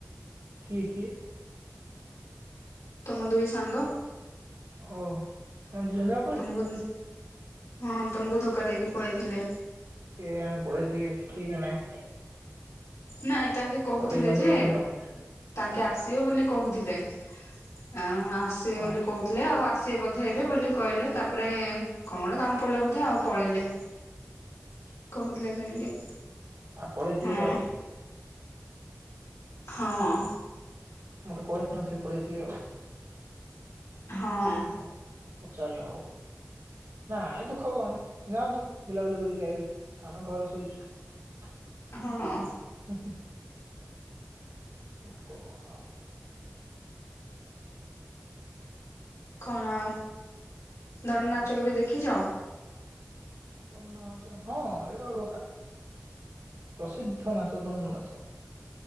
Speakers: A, on the right; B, on the left.
A: କିଏ କିଏ!
B: ତମ ଦୁଇ ସାଙ୍ଗ!
A: ଔ ସଞ୍ଜୁଲଭ
B: ତମକୁ ମୁଁ ହଁ ତମକୁ ଧୋକା ଦେଇକି ପଳେଇଥିଲେ!
A: କିଏ ଜାଣେ ପଳେଇଥିବେ ଵି ଠିକ ନାହିଁ!
B: ନାଇଁ ତାଙ୍କେ କହୁଥିଲେଯେ
A: ପଳେଇଛନ୍ତି ବୋଧେ ଆଉ ହୁଁ
B: ତାଙ୍କେ ଆସିବେ ବୋଲି କହୁଥିଲେ! ଆ ଆସିବେ
A: ହୁଁ
B: ବୋଲି କଉଥିଲେ, ଆଉ ଆସିବେ ବୋଧେ ଏବେ ବୋଲି କଇଲେ! ତାପରେ କଣ ଗୋଟେ କାମ ପଡିଲା ବୋଧେ ଆଉ ପଳେଇଲେ!
A: ହ <unintelligible>
B: କହୁଥିଲେ ସେମିତି
A: ପଳେଇଥିବେ
B: ହୁଁ!
A: ଆଉ
B: ହଅଁ!
A: ମତେ କହି ନଥିବେ ପଳେଇ ଥିବେ ଆଉ!
B: ହଁଅଁ!
A: ଉଁ ହଉ ଚାଲ ଆଉ! ନାଇଁ ଦୁଃଖ କଣ ଯାଆନ୍ତୁ ବୁଲାବୁଲି କରିକି ଆଇବେ, ଆମେ ଘରେ ଶୋଇଚୁ! <unintelligible>
B: ହଁଅ!
A: ହୁଁ ହୁଁ! ମୁ କୋଉଆ ମାଉଁ!
B: କଣ ଆଉଁ ଦନ
A: କଣ
B: ନାଚ କେଭେ ଦେଖିଚ!
A: ଚଣ୍ଡ ନାଚ ହଁ ଏଇଟା ଗୋଟେ କଥା ପ୍ରସିଦ୍ଧ ନାଚ ଦଣ୍ଡ ନାଚଟା!